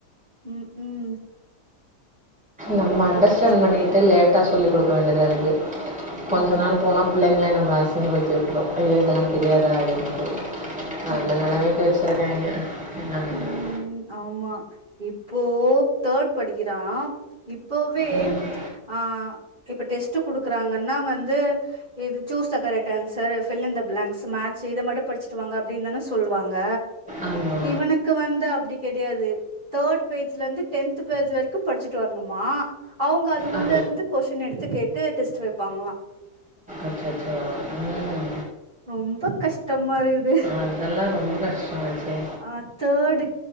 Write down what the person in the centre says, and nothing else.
நம்ம
அண்டர்ஸ்டாண்ட்
பண்ணிட்டு
லேட்டா சொல்லி குடுக்க வேண்டியதாருக்கு கொஞ்ச
நாள் போனா புள்ளங்ளே நம் ம அசிங்க படுத்திவிட்ரும் ஐயோ அதெல்லாம் தெரியாதா அப்படினுட்டு அந்த
நெலைமைக்கு வச்சிருக்காங்க என்ன பண்றது
ம்
ஆமா
ஆ
அச்சச்சோ ம்
அதெல்லா ரொம்ப கஷ்டமாச்சே